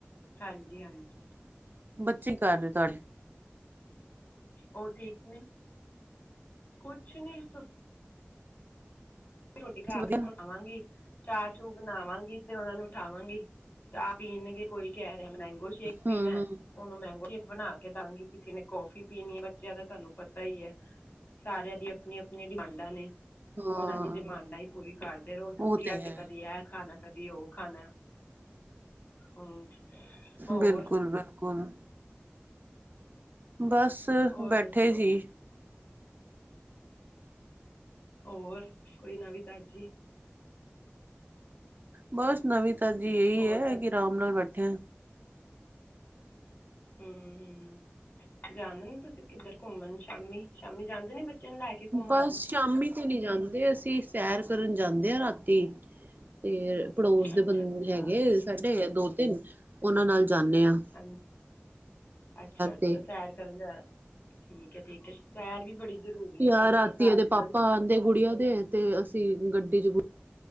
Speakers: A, on the left (about 50°); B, on the right (about 45°).
A: ਹਾਂਜੀ-ਹਾਂਜੀ।
B: ਬੱਚੇ ਕੀ ਕਰ ਰਹੇ ਤੁਹਾਡੇ।
A: ਉਹ ਠੀਕ ਨੇ। ਕੁਛ ਨੀ ਸੁ ਰੋਟੀ ਘਰ
B: ਵਧੀਆ
A: ਹੀ ਬਣਾਵਾਂਗੀ। ਚਾਹ ਚੂ ਬਣਾਵਾਂਗੀ ਤੇ ਉਹਨਾ ਨੂੰ ਉਠਾਵਾਂਗੀ ਚਾਹ ਪੀਣਗੇ ਕੋਈ ਕਹਿ ਰਿਹਾ ਮਹਿੰਗੀ। ਮਿਲਕ ਸ਼ੇਕ ਪੀਣਾ
B: ਹੂੰ ਹੂੰ
A: ਐ। ਉਹਨੂੰ ਮੈਂਗੋ ਸ਼ੇਕ ਬਣਾ ਕੇ ਦਵਾਂਗੀ, ਕਿਸੇ ਨੇ ਕੌਫੀ ਪੀਣੀ ਬੱਚਿਆਂ ਦਾ ਤੁਹਾਨੂੰ ਪਤਾ ਹੀ ਹੈ। ਸਾਰਿਆਂ ਦੀ ਆਪਣੀ-ਆਪਣੀ ਡਿਮਾਂਡ ਨੇ
B: ਹਾਂ
A: ਉਹਨਾਂ ਦੀ ਡਿਮਾਂਡ ਹੀ ਪੂਰੀ ਕਰਦੇ ਰੋ ਛੁੱਟੀਆਂ
B: ਉਹ ਤੇ ਹੈ
A: ਚ ਕਦੀ ਇਹ ਖਾਣਾ ਕਦੀ ਉਹ ਖਾਣਾ ਹੂੰ ਹੋਰ
B: ਬਿਲਕੁਲ ਬਿਲਕੁਲ। ਬਸ
A: ਹੋਰ
B: ਬੈਠੇ
A: ਦੱਸੋ
B: ਸੀ।
A: ਹੋਰ, ਕੋਈ ਨਵੀਂ ਤਾਜ਼ੀ?
B: ਬਸ ਨਵੀਂ ਤਾਜ਼ੀ ਇਹੀ
A: ਹੋਰ
B: ਐ
A: ਤਾਂ
B: ਕਿ ਆਰਾਮ ਨਾਲ ਬੈਠੇ।
A: ਹੂੰ ਹੂੰ, ਜਾਣਾ ਨੀ ਤੁਸੀਂ ਕਿੱਧਰ ਘੁੰਮਣ ਸ਼ਾਮੀ ਸ਼ਾਮੀ ਜਾਂਦੇ ਨੀ ਬੱ ਚਿਆਂ ਨੂੰ ਕੇ ਲੈ ਗਏ ਘੁਮਾਣ?
B: ਬਸ ਸ਼ਾਮੀ ਤੇ ਨੀ ਜਾਂਦੇ ਅਸੀਂ, ਸੈਰ ਕਰਨ ਜਾਂਦੇ ਆ ਰਾਤੀਂ। ਤੇ ਪੜੋਸ ਦੇ
A: ਅੱਛਾ
B: ਬੰਦੇ
A: ਅੱਛਾ
B: ਹੈਗੇ ਸਾਡੇ ਦੋ ਤਿੰਨ ਉਹਨਾਂ ਨਾਲ ਜਾਣੇ ਆ।
A: ਹਾਂਜੀ। ਅੱਛਾ ਅੱਛਾ
B: ਤੇ
A: ਸੈਰ ਕਰਨ ਜਾ, ਠੀਕ ਐ ਠੀਕ ਸੈਰ ਵੀ ਬੜੀ ਜ਼ਰੂਰੀ ਹੈ
B: ਜਾਂ
A: ਤੁਹਾਨੂੰ
B: ਰਾਤੀ
A: ਪਤਾ
B: ਇਹਦੇ
A: ਅੱਜ ਕੱਲ੍ਹ
B: ਪਾਪਾ ਆਂਦੇ ਗੁੜੀਆਂ ਦੇ ਤੇ ਅਸੀਂ ਗੱਡੀ ਚ